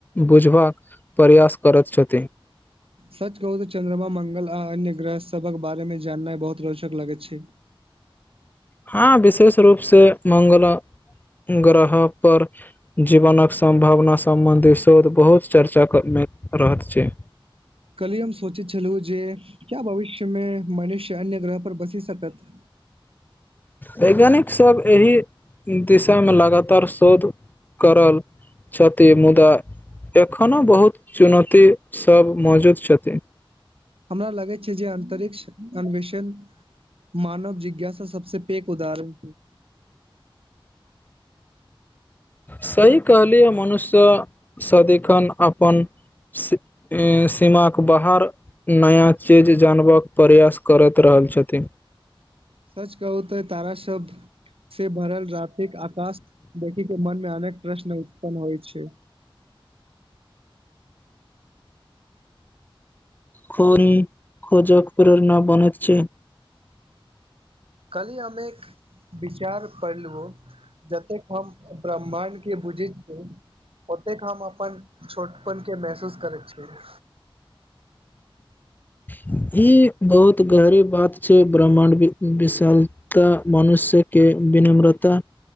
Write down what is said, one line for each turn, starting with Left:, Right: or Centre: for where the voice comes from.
Left: बुझबाक प्रयास करत छथि
Right: सच कहू तऽ चंन्द्रमा मंगल आ अन्य ग्रह सबक बारे मे जाननाइ बहुत रोचक लगै छै
Left: हाँ विशेष रूप से मंगल ग्रह पर जीवनक सम्भावना सम्बन्धी शोध बहुत चर्चामे रहैत छै
Right: काल्हि हम सोचैत छलू जे क्या भविष्यमे मनुष्य अन्य ग्रह पर बसी सकत
Left: वैज्ञानिकसभ एहि दिशामे लगातार शोध करल छथि मुदा एखनो बहुत चुनौतीसभ मौजूद छथि
Right: हमरा लागै छै जे अंतरिक्ष अन्वेषण मानव जिज्ञासा सबस पैेघ उदाहरण
Left: सही कहलियै मनुष्य सदिखन अपन स-सीमाके बाहर नया चीज जानबाक प्रयास करैत रहल छथिन
Right: सच कहू तै तारा शबद से भरल रातिक आकाश देखिक के मनमे अनेक प्रश्न उत्पन्न होइ छै
Left: खोनी खोजक प्रेरणा बनेत छै
Right: कलहि हम एक विचार पढ़लूं जतेक हम ब्रह्ममांड के बुझैत छै ओतेक हम अपन छोटपनके महसूस करै छिइ <inaudible>
Left: ई बहुत गहरी बात छै ब्रहाण्ड विशालता मनुष्य के विनम्रता